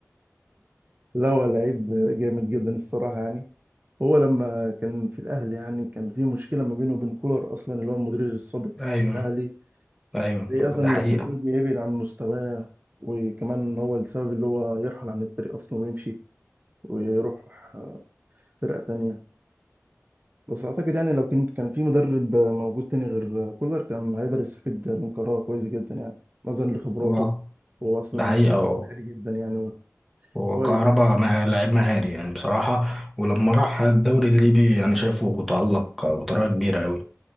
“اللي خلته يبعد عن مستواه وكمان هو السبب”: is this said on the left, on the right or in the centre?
Right